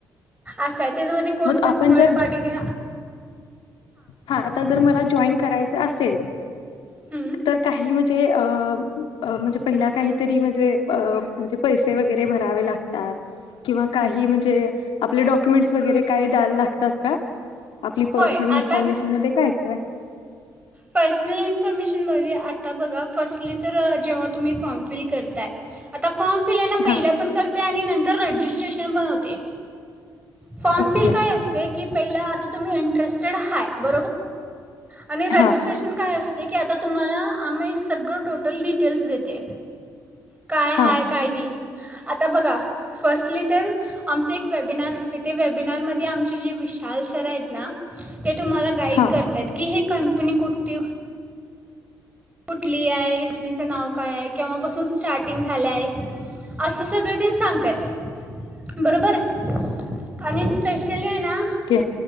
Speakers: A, on the right; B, on the left.
A: असंय त्याच्यामध्ये कोण
B: मग
A: पण
B: आपण
A: थर्ड
B: जर
A: पार्टी दि
B: हा आ जर मला जॉईन करायच असेल
A: हं.
B: तर काही म्ह म्हणजे प काहीतरी म म्हणजे म्हण पैसे वगैरे भरावे लागतात किंवा काही म्हणजे आपले डॉक्युमेंट वगैरे काहि द्यायला लागतात का? आपली
A: होय
B: पर्
A: आता
B: इन्फॉर्मेशन मध्ये काय काय
A: पर्सनल इन्फॉर्मेशन ब आता बघा फर्स्टली तर जेव्हा तुम्ही फॉर्म फिल करताय आता फॉर्म पना
B: हां,
A: पहिला पण करते आणि तर रजिस्ट्रेशन बनवते. Form
B: okay.
A: fill काय असते की पहि आ तुम्ही इंरड ब रजिस्ट्रेन
B: हां,
A: काय आहे. ज की आता तुम्हाला आम्ही सगळं टोटल डिटेल्स देते. काय
B: हां,
A: हाय काय नाही. आता बघा फर्स्ट तर आमच एक वेबिनार असते ते वेबिनार मध्ये आमचे जे विशाल सर आहेत ना. ते तुम्हाला गाईड
B: हां.
A: करतात की हे. <unintelligible> प कुठे? कुठली आहे हेसनीचं नाव काय आहे कव्हापसून स्टार्टिंग झालं आहे असं सगळ ते सांगतात बरोबर. आणि स्पेशली आहे ना
B: okay,